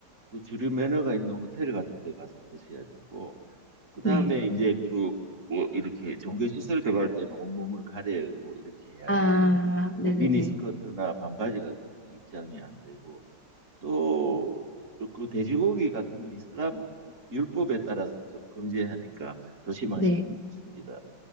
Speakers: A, on the right; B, on the left.
A: 그 주류 매너가 있는 호텔 같은 데 가서 드셔야 되고 그다음에
B: 네.
A: 이제 또 뭐 이렇게 종교 시설 들어갈 때는 온몸을 가리고 이렇게 해야지
B: 아, 네네네.
A: 뭐 미니스커트나 반바지 같은 거는 입장이 안 되고 또 그 돼지고기 같은 건 이슬람 율법에 따라서 좀 금지하니까 조심하시는
B: 네.
A: 게 좋습니다.